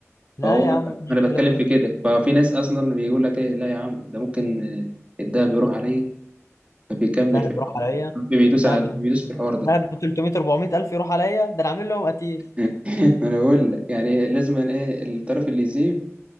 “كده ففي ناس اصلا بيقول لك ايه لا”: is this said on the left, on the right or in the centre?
Right